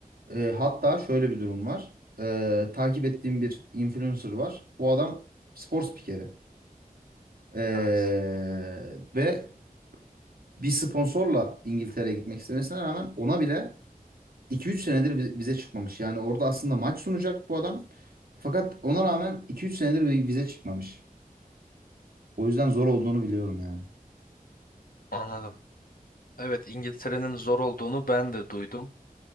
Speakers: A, on the right (about 80°); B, on the left (about 70°).
A: E, hatta şöyle bir durum var. E, takip ettiğim bir influencer var. Bu adam spor spikeri. E,
B: Evet.
A: ve bir sponsorla İngiltere'ye gitmek istemesine rağmen ona bile iki üç senedir vi- vize çıkmamış. Yani orada aslında maç sunacak bu adam. Fakat ona rağmen iki üç senedir vi- vize çıkmamış. O yüzden zor olduğunu biliyorum yani.
B: Anladım. Evet, İngiltere'nin zor olduğunu ben de duydum.